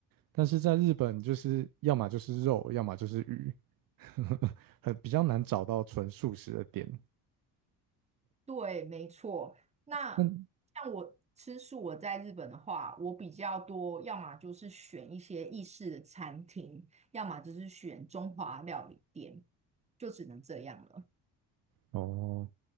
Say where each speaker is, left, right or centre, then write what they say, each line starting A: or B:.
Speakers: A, on the right (about 55°); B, on the right (about 15°).
A: 但是在日本就是要么就是肉，要么就是鱼，<laughs> 很比较难找到纯素食的店。
B: 对，没错。那
A: 那
B: 像我吃素，我在日本的话，我比较多，要么就是选一些意式的餐厅，要么就是选中华料理店，就只能这样了。
A: 哦，